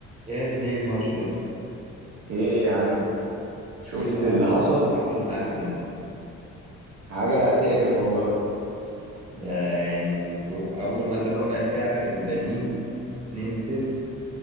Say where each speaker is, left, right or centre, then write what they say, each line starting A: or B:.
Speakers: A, on the right; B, on the right.
A: يا زميلي الماتش ده
B: ايه يا عم شفت
A: ايه اللي حصل
B: اللي حصل
A: إيه اللي حصل معاكوا ده
B: حاجة تقرف والله
A: ده يعني انتوا كنتوا اول مثلا ربع ساعة كسبانين 2-0